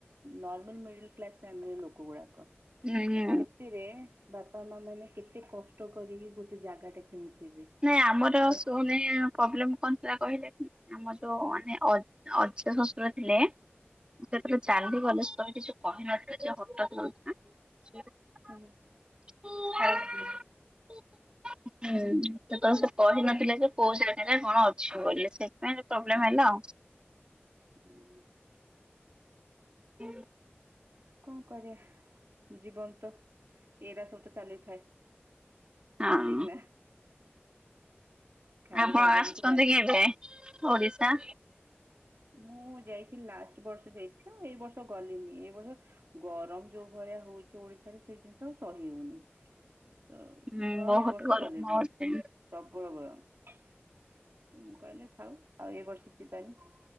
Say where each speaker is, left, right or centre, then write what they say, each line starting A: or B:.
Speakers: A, on the right; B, on the right.
A: ନର୍ମାଲ ମିଡଲ କ୍ଲାସ୍ ଫାମିଲ ଲୋକ ଗୁଡାକ।
B: ହୁଁ
A: ସେତିରେ ବାପା ମା ମାନେ କେତେ କଷ୍ଟ କରିକି ଗୋଟେ ଜାଗା ଟା କିଣିଥିବେ।
B: ନାଇଁ ଆମର
A: ଆଉ
B: ସୋ ନେ ପ୍ରୋବ୍ଲେମ କଣଥିଲା କହିଲେ ଆମର ଯୋଉ
A: ହୁଁ
B: ମାନେ ଅ ଅଜା ଶ୍ୱଶୁର ଥିଲେ। ସେ ସେତବେଳେ ଚାଲି ଗଲେ ସେ ଆଉ କିଛି କହିନଥିଲ ଯେ <unintelligible>
A: ହୁଁ ହୁଁ।
B: ହୁଁ ସେତେବେଳ ସେ କ କହିନଥିଲେ ଯେ କୋଉ ଜାଗାରେ କଣ ଅଛି ବୋଲି ସେଥିପାଇଁ ଟିକେ ପ୍ରୋବ୍ଲେମ
A: ଆଚ୍ଛା।
B: ହେଲା ଆଉ।
A: ହୁଁ।
B: ହୁଁ।
A: କଣ କରିବା ଜୀବନ ତ ଏଇରାା ସବୁ ତ ଚାଲିଥାଏ।
B: ହଁ
A: ଠିକ ନା। ଖାଲି
B: ଆପଣ
A: ଭଗବାନଙ୍କୁ
B: ଆସୁଛନ୍ତି
A: ପ୍ରାର୍ଥନା
B: କେବେ ଓଡିଶା।
A: ମୁଁ ଯାଇଥିଲି ଲାଷ୍ଟ ବର୍ଷ ଯାଇଥିଲା ଏଇ ବର୍ଷ ଗଲିନି ଏଇ ବର୍ଷ ଗରମ ଯୋଉ ଭଳିଆ ହଉଚି ଓଡିଶାରେ ସେ ଜିନିଷ ସ ସହି ହଉନି ତ
B: ହୁଁ
A: ମୁଁ ଆଉ
B: ବହୁତ
A: ଏ ବର୍ଷ
B: ଗରମ
A: ଗଲିନି।
B: ହଉଛି
A: ପ୍ରବଳ ଗରମ୍ ତ ମୁଁ କହିଲି ଥାଉ ଆଉ ଏ ବର୍ଷ ଯିବାନି।